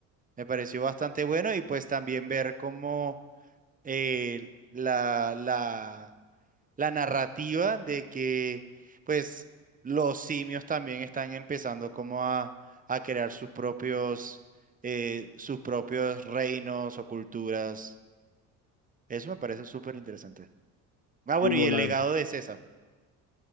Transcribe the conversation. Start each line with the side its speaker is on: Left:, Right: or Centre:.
Right: Me pareció bastante bueno y pues también ver cómo eh, la, la, la narrativa de que pues los simios también están empezando como a, a crear sus propios eh, sus propios reinos o culturas. Eso me parece súper interesante. Ah, bueno,
Left: sí, no,
Right: y el
Left: la
Right: legado
Left: verdad.
Right: de César.